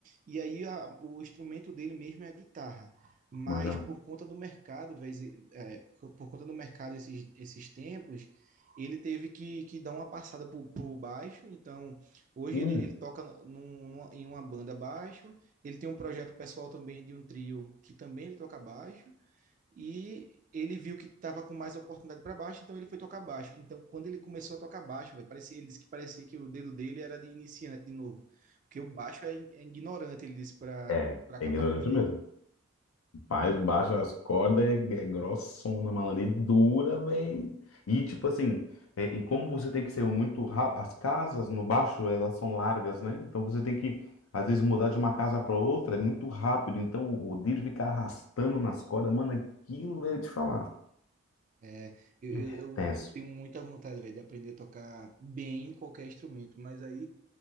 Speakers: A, on the right; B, on the left.
A: e aí a- o instrumento dele mesmo é a guitarra. Mas
B: Manja.
A: por conta do mercado, vez- é, por por conta do mercado esses, esses tempos, ele teve que, que dar uma passada pro, pro baixo. Então hoje
B: Hum.
A: ele, ele toca num- numa- em uma banda baixo. Ele tem um projeto pessoal também de um trio que também ele toca baixo. E ele viu que estava com mais oportunidade para baixo, então ele foi tocar baixo. Então, quando ele começou a tocar baixo, velho, parecia, ele disse que parecia que o dedo dele era de iniciante de novo. Porque o baixo é, in- é ignorante, ele disse, para
B: É,
A: para acabar
B: é ignorante
A: com os dedos.
B: mesmo.
A: viu?
B: Faz baixa as cordas, é, é grossona, malandro, e dura, velho. E tipo assim, é, e como você tem que ser muito rápido, as casas no baixo, elas são largas, né? Então você tem que, às vezes, mudar de uma casa para outra, é muito rápido. Então o o dedo fica arrastando nas cordas, mano, aquilo, velho, te falar.
A: É, eu,
B: É
A: eu, eu
B: tenso,
A: tenho muita vontade, velho, de aprender a tocar bem qualquer instrumento, mas aí